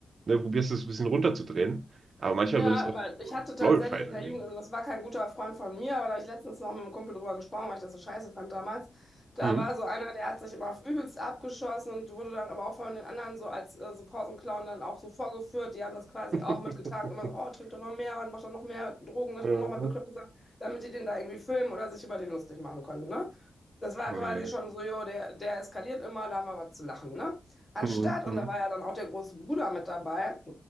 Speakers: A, on the right (about 55°); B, on the left (about 20°).
A: ne, probierst es ein bisschen runterzudrehen. Aber manchmal
B: Ja,
A: wird es auch
B: aber ich hatte tatsächlich
A: glorified
B: in
A: irgendwie.
B: der Jugend, also das war kein guter Freund von mir, aber da habe ich letztens noch mit einem Kumpel drüber gesprochen, weil ich das so scheiße fand damals. Da
A: Hm.
B: war so einer, der hat sich immer auf übelst abgeschossen und wurde dann aber auch von den anderen so als äh, so Pausenclown dann auch so vorgeführt. Die haben das quasi
A: <laughs>
B: auch mitgetragen. Immer so, oh, trink doch noch mehr und mach doch noch mehr Drogen, das
A: Ja.
B: nur noch mal bekloppte Sachen, damit die den da irgendwie filmen oder sich über den lustig machen konnten, ne? Das war
A: Oh
B: quasi
A: je.
B: schon so, jo, der, der eskaliert immer, da haben wir was zu lachen, ne? Anstatt,
A: Hm,
B: und
A: hm,
B: da war ja dann auch der große Bruder mit dabei,